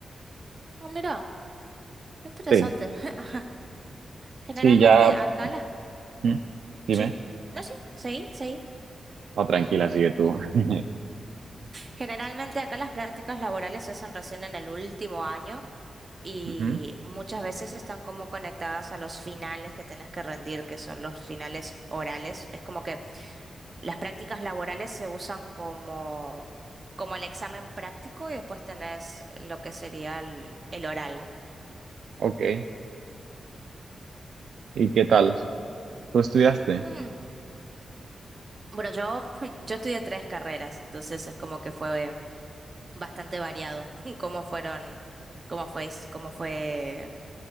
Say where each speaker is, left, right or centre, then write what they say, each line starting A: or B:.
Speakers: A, on the right (about 30°); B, on the right (about 85°).
A: ah, mira, qué interesante.
B: Sí,
A: <laughs> Generalmente
B: sí, ya.
A: acá las...
B: ¿Mm? Dime.
A: ¿Sí? No, sí, sí, sí.
B: No, tranquila, sigue tú. <laughs>
A: Generalmente acá las prácticas laborales se hacen recién en el último año y
B: Ujú,
A: muchas veces están como conectadas a los finales que tenés que rendir, que son los finales orales. Es como que Las prácticas laborales se usan como, como el examen práctico y después tenés lo que sería el, el oral.
B: Ok. ¿Y qué tal? ¿Tú estudiaste?
A: Mm, Bueno, yo, <laughs> yo estudié tres carreras, entonces es como que fue bastante variado <laughs> cómo fueron, cómo fue, cómo fue,